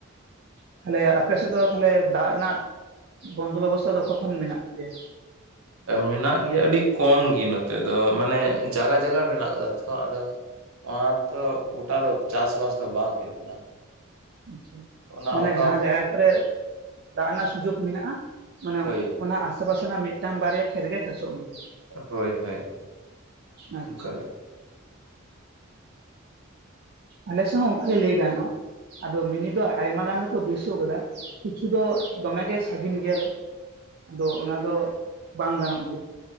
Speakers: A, on the right; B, on the right.
A: ᱛᱟᱦᱚᱞᱮ ᱟᱯᱮ ᱥᱮᱫ ᱫᱚ ᱛᱟᱦᱞᱮ ᱫᱟᱜ ᱨᱮᱱᱟᱜ ᱵᱚᱱᱫᱚ ᱵᱮᱵᱚᱥᱛᱟ ᱫᱚ ᱚᱠᱟ ᱠᱷᱚᱱ ᱢᱮᱱᱟᱜ ᱛᱟᱯᱮᱭᱟ?
B: ᱢᱮᱱᱟᱜ ᱜᱮᱭᱟ ᱟᱹᱰᱤ ᱠᱚᱢ ᱜᱮ ᱱᱚᱛᱮ ᱫᱚ, ᱢᱟᱱᱮ ᱡᱟᱜᱟ ᱡᱟᱜᱟ ᱢᱮᱱᱟᱜ ᱠᱟᱫᱟ ᱛᱷᱚ ᱟᱫᱚ ᱚᱱᱟ ᱫᱚ ᱜᱚᱴᱟ ᱫᱚ ᱪᱟᱥᱵᱟᱥ ᱫᱚ ᱵᱟᱝ ᱦᱩᱭᱩᱜ ᱠᱟᱱᱟ᱾
A: ᱟᱪᱪᱷᱟ,
B: ᱚᱱᱟ
A: ᱢᱟᱱᱮ
B: ᱚᱠᱟ
A: ᱡᱟᱦᱟᱸ ᱡᱟᱭᱜᱟ ᱠᱚᱨᱮ ᱫᱟᱜ ᱨᱮᱱᱟᱜ ᱥᱩᱡᱳᱜ ᱢᱮᱱᱟᱜ-ᱟᱼᱼ ᱢᱟᱱᱮ
B: ᱦᱳᱭ
A: ᱚᱱᱟ ᱟᱥᱮᱯᱟᱥᱮ ᱨᱮᱱᱟᱜ ᱢᱤᱫᱴᱟᱝ ᱵᱟᱨᱭᱟ ᱠᱷᱮᱛ ᱜᱮ ᱪᱟᱥᱚᱜ ᱜᱮᱭᱟ᱾
B: ᱦᱳᱭ ᱦᱳᱭ,
A: ᱟᱪᱪᱷᱟ
B: ᱚᱱᱠᱟᱜᱮ᱾
A: ᱟᱞᱮᱥᱮᱜ ᱦᱚᱸ ᱚᱱᱠᱟᱜᱮ ᱞᱟᱹᱭ ᱜᱟᱱᱚᱜᱼᱟ᱾ ᱟᱫᱚ ᱢᱤᱱᱤ ᱫᱚ ᱟᱭᱢᱟ ᱜᱟᱱ ᱜᱮᱠᱚ ᱵᱟᱹᱭᱥᱟᱹᱣ ᱠᱟᱫᱟ ᱠᱤᱪᱷᱩ ᱫᱚ ᱫᱚᱢᱮᱜᱮ ᱥᱟᱹᱜᱤᱱ ᱜᱮᱭᱟ᱾ ᱟᱫᱚ ᱚᱱᱟ ᱫᱚ ᱵᱟᱝ ᱜᱟᱱᱚᱜ ᱜᱮᱭᱟ